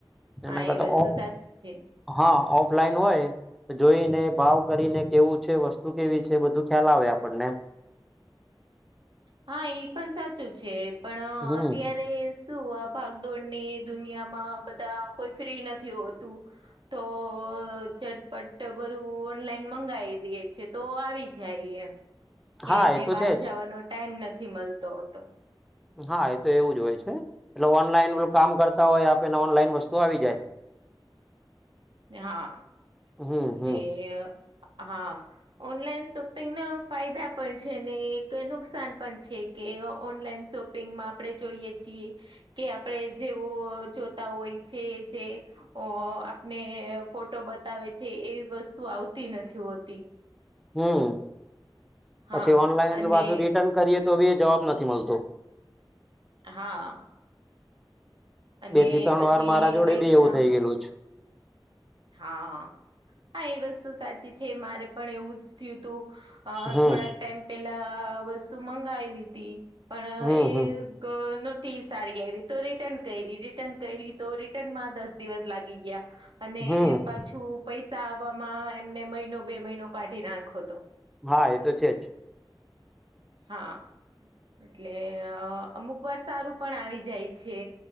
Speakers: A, on the right; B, in the centre.
A: હા
B: એના કરતા
A: એ વસ્તુ
B: ઓ
A: સાચી છે.
B: હા, ઓફલાઈન હોય જોઈને ભાવ કરીને કેવું વસ્તુ કેવી છે. બધું ખ્યાલ આવે આપણને એમ
A: હા, ઈ પણ સાચું છે. પણ
B: હમ
A: અત્યારે અરે શું, આ ભાગદોડની દુનિયામાં બધા કોઈ ફ્રી નથી હોતું. તો ઝટપટ બધું ઓનલાઈન મંગાવી દીએ છે. તો આવી જાય એમ જેમને
B: હા એ તો
A: બહાર
B: છે
A: જવાનો
B: જ
A: ટાઈમ નથી મળતો હોતો.
B: હા, એ તો એવું જ હોય છે. એટલે ઓનલાઈન એલું કામ કરતા હોય. આપેને ઓનલાઈન વસ્તુ તો આવી જાય.
A: હા,
B: હમ
A: ને
B: હમ
A: હા ઓનલાઈન શોપિંગ ના ફાયદા પણ છે. એક નુકસાન પણ છે. કે ઓનલાઈન શોપિંગમાં આપણે જોઈએ છીએ. કે આપણે જેવો જોતા હોય છે. જે અ ને ફોટો બતાવે છે. એવી વસ્તુ આવતી નથી હોતી
B: હમ્મ,
A: હા
B: પછી ઓનલાઈન
A: અને
B: પાછુ રિટર્ન કરીએ. તો બી જવાબ નથી મળતો
A: હા. અને
B: બે થી ત્રણ
A: પછી
B: વાર મારા જોડે
A: પૈસા
B: બી એવું થઈ ગયેલુ જ છે.
A: હા, હા એ વસ્તુ સાચી છે. મારે પણ એવું જ થયું તું
B: હમ
A: થોડાક ટાઈમ પેલા વસ્તુ મંગાવીતી પણ
B: હમ
A: એ
B: હમ
A: ન હોતી સારી આવી તો રિટર્ન કરી, રિટર્ન કરી તો રિટર્નમાં દસ દિવસ લાગી ગયા અને
B: હમ
A: પાછું પૈસા આવવામાં એમને મહિનો બે મહિનો કાઢી નાયખો હતો.
B: હા, એ તો છે જ
A: હા, એટલે અમુક વાર સારું પણ આવી જાય છે.